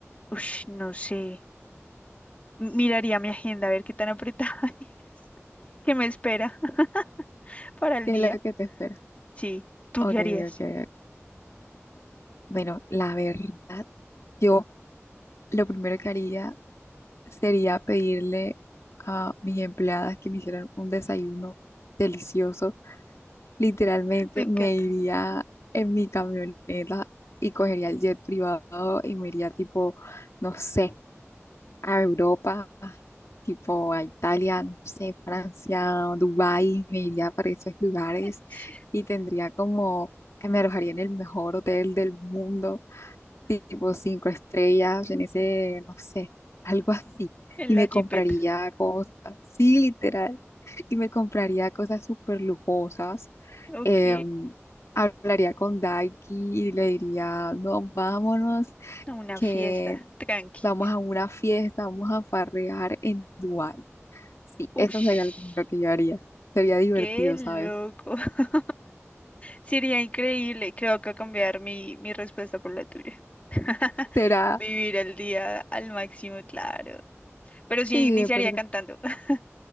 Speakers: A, on the left; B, on the left.
A: ush, no sé, miraría mi agenda a ver qué tan apretada, <laughs> hay, qué me espera <laughs> para el
B: ¿Qué
A: día.
B: es lo que te espera?
A: Sí, ¿tú
B: Ok,
A: qué
B: ok.
A: harías?
B: ok. Bueno, la verdad, yo lo primero que haría sería pedirle a mis empleadas que me hicieran un desayuno delicioso Literalmente
A: Me encanta.
B: me iría en mi camioneta y cogería el jet privado y me iría tipo, no sé, a Europa, tipo a Italia, no sé, Francia, Dubái, me iría para esos lugares
A: <laughs>
B: y tendría como, me alojaría en el mejor hotel del mundo tipo cinco estrellas en ese, no sé, <laughs> algo así.
A: En
B: Y me
A: la
B: compraría
A: jipeta.
B: cosas, sí, literal. Y me compraría cosas súper lujosas.
A: Ok.
B: em, hablaría con Daiki y le diría, no, vámonos,
A: A una
B: que
A: fiesta. Tranqui.
B: vamos a una fiesta, vamos a farrear en Dubái. Sí, eso
A: Ush.
B: sería lo primero que yo haría. Sería divertido,
A: Qué loco.
B: ¿sabes?
A: <laughs> Sería increíble. Creo que cambiar mi, mi respuesta por la tuya. <laughs>
B: Será,
A: Vivir el día al máximo, claro. Pero
B: sí,
A: sí iniciaría
B: es verdad.
A: cantando. <laughs>